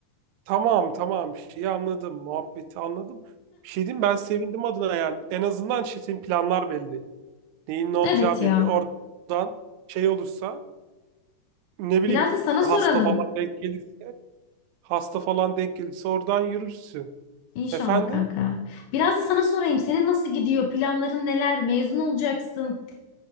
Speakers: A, on the right (about 80°); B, on the left (about 80°).
A: Tamam tamam şeyi anladım. Muhabbeti anladım. Bir şey diyeyim ben sevindim adına yani. En azından şey, planlar belli. Neyin ne olacağı
B: Evet
A: belli.
B: ya.
A: Oradan şey olursa ne bileyim
B: Biraz da sana soralım.
A: hasta falan denk gelirse hasta falan denk gelirse oradan yürürsün.
B: İnşallah
A: Efendim?
B: kanka. Biraz da sana sorayım. Senin nasıl gidiyor? Planların neler? Mezun olacaksın.